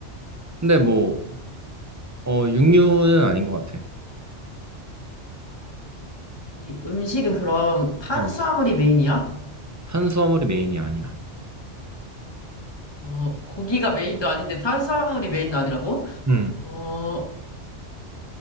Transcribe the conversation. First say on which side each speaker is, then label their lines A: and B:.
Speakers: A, on the right; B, on the left.
A: 근데 뭐, 어, 육류는 아닌 것 같아.
B: 이 음식은 그럼 탄수화물이
A: 어.
B: 메인이야?
A: 탄수화물이 메인이 아니야.
B: 어, 고기가 메인도 아닌데 탄수화물이 메인도 아니라고?
A: 응.
B: 어, 어,